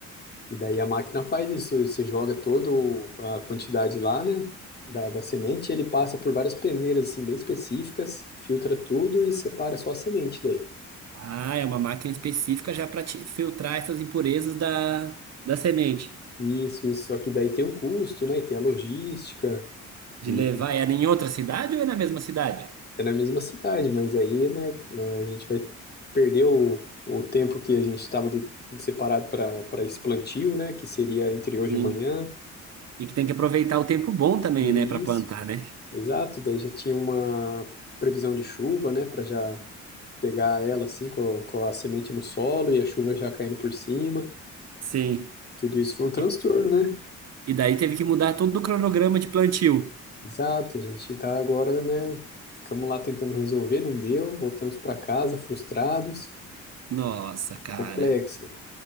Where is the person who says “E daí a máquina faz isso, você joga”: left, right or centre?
Left